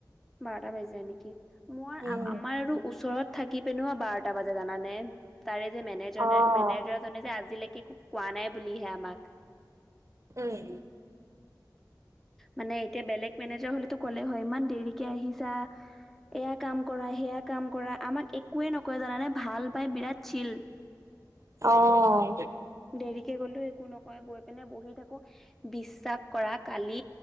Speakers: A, in the centre; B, on the right.
A: বাৰটাই বাজি যায় নেকি? মোৰ
B: উম
A: আমাৰ আৰু ওচৰত থাকি পেনো বাৰটা বাজে জানানে, তাৰে যে মেনেজ
B: অ'
A: মেনেজাৰ জনে যে আজিলৈকে একো কোৱা নাই বুলিহে আমাক।
B: উম্।
A: মানে এতিয়া বেলেগ মেনেজাৰ হ'লেতো ক'লে হয়, ইমান দেৰিকে আহিছাঁ। এয়া কাম কৰা, সেয়া কাম কৰা, আমাক একোৱে নকয় জানানে। ভাল পাই বিৰাট চিল
B: অ',
A: দেৰিকে গ'লেও একো নকয়, গৈ পিনে বহি থাকো বিশ্বাস কৰা। কালি